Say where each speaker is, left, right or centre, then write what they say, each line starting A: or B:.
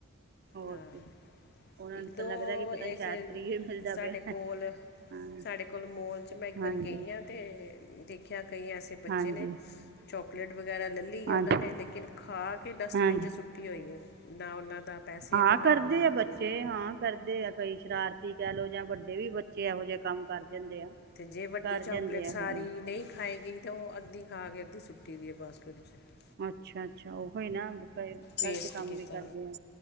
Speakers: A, on the right (about 50°); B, on the left (about 55°).
A: ਹੋਰ
B: ਹਾਂ
A: ਕੀ ਉਹਨਾਂ
B: ਇੱਕ
A: ਨੂੰ ਤਾਂ
B: ਦੋ
A: ਲੱਗਦਾ ਕਿ ਪਤਾ
B: ਇਸੇ
A: ਨੀ ਸ਼ਾਇਦ ਫ੍ਰਰੀ ਹੀ ਮਿਲਦਾ
B: ਸਾਡੇ
A: ਪਿਆ ਹੈ।
B: ਕੋਲ
A: ਹਾਂ
B: ਸਾਡੇ ਕੋਲ ਮੋਲ 'ਚ ਮੈਂ ਇੱਕ ਵਾਰੀ
A: ਹਾਂਜੀ
B: ਗਈ ਹਾਂ ਅਤੇ ਦੇਖਿਆ ਕਈ ਐਸੇ ਬੱਚੇ
A: ਹਾਂਜੀ
B: ਨੇ ਚੋਕਲੇਟ ਵਗੈਰਾ ਲੈ ਲਈ
A: ਹਾਂਜੀ
B: ਉਹਨਾਂ ਨੇ ਲੇਕਿਨ ਖਾ ਕੇ ਡਸਟਬਿਨ
A: ਹਾਂਜੀ
B: 'ਚ ਸੁੱਟੀ ਹੋਈ ਹੈ ਨਾ ਉਹਨਾਂ ਦਾ ਪੈਸੇ
A: ਹਾਂ
B: ਤੇ ਨਾ
A: ਕਰਦੇ
B: ਉਹਨਾਂ
A: ਆ
B: ਦੀ
A: ਬੱਚੇ
B: ਕੋਈ
A: ਹਾਂ। ਕਰਦੇ ਆ ਕਈ ਸ਼ਰਾਰਤੀ ਕਹਿ ਲਓ ਜਾਂ ਵੱਡੇ ਵੀ ਬੱਚੇ ਇਹੋ ਜਿਹੇ ਕੰਮ ਕਰ ਜਾਂਦੇ ਆ
B: ਅਤੇ ਜੇ ਵੱਡੀ
A: ਕਰ
B: ਚਾਕਲੇਟ
A: ਜਾਂਦੇ
B: ਸਾਰੀ
A: ਇਹੋ ਜਿਹਾ
B: ਨਹੀਂ ਖਾਾਈ ਗਈ ਤਾਂ ਉਹ ਅੱਧੀ ਖਾ ਕੇ ਅੱਧੀ ਸੁੱਟੀ ਦੀ ਹੈ ਬਸਕਟ <unintelligible>
A: ਅੱਛਾ ਅੱਛਾ ਉਹੀ ਨਾਈ
B: ਵੇਸਟ
A: ਗ਼ਲਤ ਕੰਮ
B: ਕੀਤਾ
A: ਵੀ ਕਰਦੇ ਆ